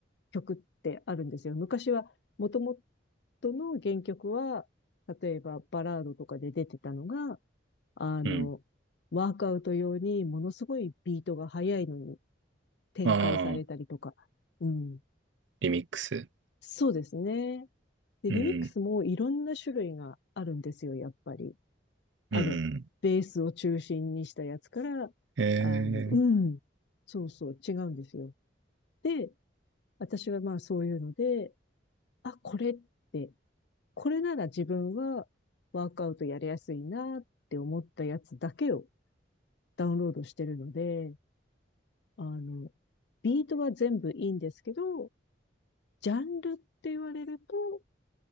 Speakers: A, on the left (about 65°); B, on the right (about 80°).
A: 曲ってあるんですよ。昔は、もともとの原曲は、例えばバラードとかで出てたのが、あの、
B: うん。
A: ワークアウト用にものすごいビートが速いのに展開されたりとか。
B: ああ、
A: うん。
B: リミックス。
A: そうですね。で、
B: うん、
A: リミックスもいろんな種類があるんですよ、やっぱり。あの、
B: うん、うん
A: ベースを中心にしたやつから、
B: ええ
A: あの、うん、そうそう、違うんですよ。で、私はまあそういうので、あ、これって、これなら自分はワークアウトやりやすいなって思ったやつだけをダウンロードしてるので、あの、ビートは全部いいんですけど、ジャンルって言われると、